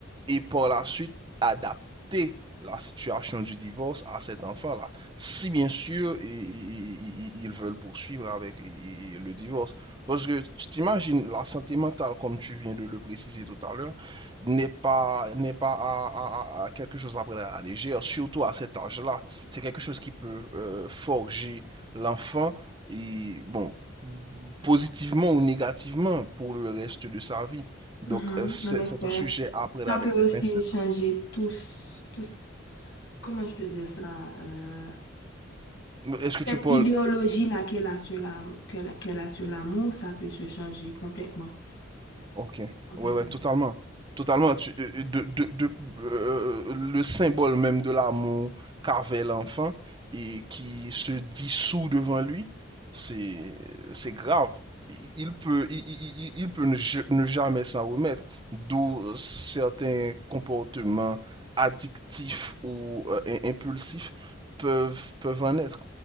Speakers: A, on the right; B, on the left.
A: et par la suite adapter la situation du divorce à cet enfant-là. Si bien sûr, i- i- ils veulent poursuivre avec le divorce. Parce que tu t'imagines, la santé mentale, comme tu viens de le préciser tout à l'heure, n'est pas, n'est pas à, à- à- à quelque chose à prendre à la légère, surtout à cet âge-là. C'est quelque chose qui peut euh, forger l'enfant, et bon, positivement ou négativement pour le reste de sa vie. Donc,
B: Mhm,
A: euh, c'est
B: en effet.
A: c'est un sujet à prendre
B: Ça
A: avec
B: peut aussi
A: des pincettes.
B: changer tous, tous, comment je peux dire ça? euh,
A: Est-ce que tu
B: Cette
A: parles
B: idéologie-là qu'elle a sur la, qu'elle a qu'elle a sur l'amour, ça peut se changer complètement.
A: Ok,
B: Complètement.
A: ouais, ouais, totalement. Totalement. Tu- euh, euh, de, de, de- euh, le symbole même de l'amour qu'avait l'enfant et qui se dissout devant lui, c'est, c'est grave. Il il peut, il, il- il- il peut ne, ja- ne jamais s'en remettre, d'où euh, certains comportements addictifs ou euh, im- impulsifs peuvent, peuvent en être.